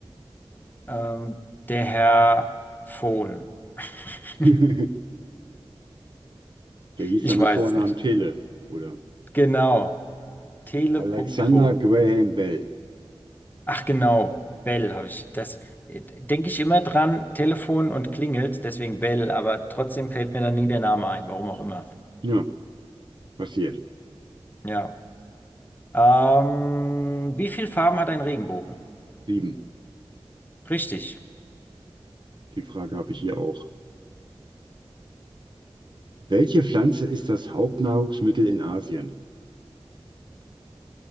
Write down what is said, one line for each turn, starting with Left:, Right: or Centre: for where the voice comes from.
Left: ähm, der Herr Phone. <laughs>
Right: <laughs> Der hieß
Left: Ich
Right: dann mit
Left: weiß
Right: Vornamen
Left: es nicht.
Right: Tele oder
Left: Genau, tele.phone.
Right: Alexander Graham Bell.
Left: Ach genau, Bell habe ich, das äh, denke ich immer dran, Telefon und klingelt, deswegen Bell, aber trotzdem fällt mir dann nie der Name ein, warum auch immer.
Right: Ja, passiert.
Left: Ja. Ähm, wie viele Farben hat ein Regenbogen?
Right: Sieben.
Left: Richtig.
Right: Die Frage habe ich hier auch. Welche Pflanze ist das Hauptnahrungsmittel in Asien?